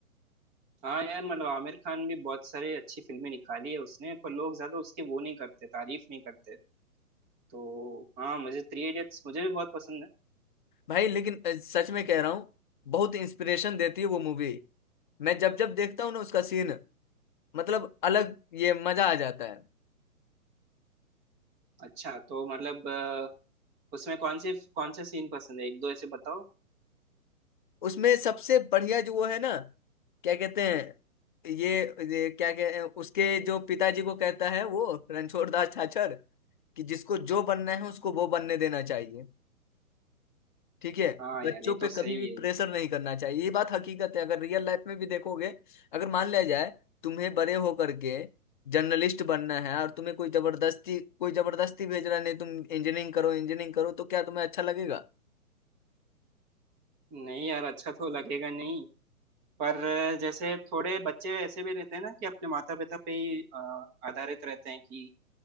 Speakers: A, on the right (about 25°); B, on the left (about 35°).
A: हाँ यार मतलब आमिर खान भी बहुत सारी अच्छी फिल्में निकाली है उसने पर लोग ज्यादा उसकी वो नहीं करते तारीफ नहीं करते तो हाँ मुझे थ्री इडियट्स मुझे भी बहुत पसंद है
B: भाई लेकिन अ, सच में कह रहा हूँ बहुत इंस्पिरेशन देती है वो मूवी मैं जब जब देखता हूँ ना उसका सीन मतलब अलग ये मजा आ जाता है
A: अच्छा तो मतलब अ, उसमें कौन से कौन से सीन पसंद है एक दो ऐसे बताओ
B: उसमें सबसे बढ़िया जो वो है ना क्या कहते हैं ये, ये क्या कहते हैं उसके जो पिताजी को कहता है वो रणछोड़ दास छाछर कि जिसको जो बनना है उसको वो बनने देना चाहिए ठीक है
A: हाँ
B: बच्चों
A: यार ये
B: पे
A: तो सही
B: कभी भी
A: है
B: प्रेशर नहीं करना चाहिए ये बात हकीकत है अगर रियल लाइफ में भी देखोगे अगर मान लिया जाए तुम्हें बड़े होकर के जर्नलिस्ट बनना है और तुम्हें कोई जबरदस्ती कोई जबरदस्ती भेज रहा है नहीं तुम इंजीनियरिंग करो इंजीनियरिंग करो तो क्या तुम्हें अच्छा लगेगा
A: नहीं यार अच्छा तो लगेगा नहीं पर जैसे थोड़े बच्चे ऐसे भी रहते हैं ना कि अपने माता पिता पे ही अ, आधारित रहते हैं कि